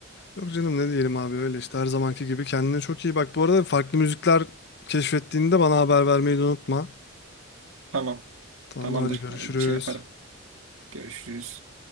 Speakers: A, on the left; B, on the right.
A: Yok canım ne diyelim abi öyle işte her zamanki gibi kendine çok iyi bak. Bu arada farklı müzikler keşfettiğinde bana haber vermeyi de unutma.
B: Tamam.
A: Tamamdır
B: Tamamdır.
A: hadi görüşürüz.
B: Hani şey yaparım. Görüşürüz.